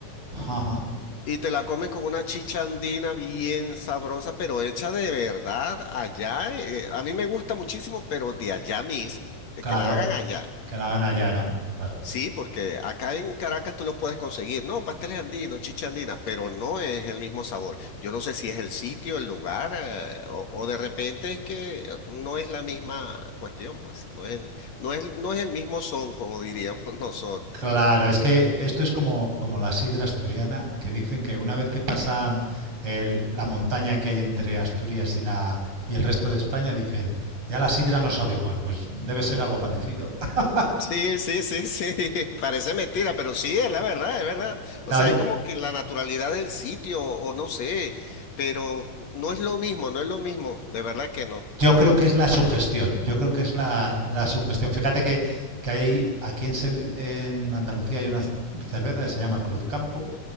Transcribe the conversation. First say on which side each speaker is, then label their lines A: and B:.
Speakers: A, on the right; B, on the left.
A: ajá.
B: Y te la comes con una chicha andina bien sabrosa, pero hecha de verdad allá. eh, a mí me gusta muchísimo, pero de allá mismo, de
A: Claro,
B: que la hagan allá.
A: que la gana ya, ¿no? Claro.
B: Sí, porque acá en Caracas tú los puedes conseguir, no, pasteles andinos, chicha andina, pero no es el mismo sabor. Yo no sé si es el sitio, el lugar, eh, o, o de repente es que eh, no es la misma cuestión, pues, no es, el- no es, no es el mismo son, como diríamos <laughs> nosotros.
A: Claro, es que esto es como, como la sidra asturiana, que dicen que una vez que pasan el- la montaña que hay entre Asturias y, la, y el resto de España, dicen, ya la sidra no sabe igual, pues debe ser algo parecido. <laughs>
B: Sí, sí, sí, sí, <laughs> parece mentira, pero sí, es la verdad, es verdad. O
A: No,
B: sea,
A: yo,
B: es como que la naturalidad del sitio, o no sé, pero no es lo mismo, no es lo mismo, de verdad que no.
A: yo creo que es la sugestión, yo creo que es la, la sugestión. Fíjate que, que hay aquí en, Sevi- en Andalucía hay una cerveza que se llama Cruzcampo,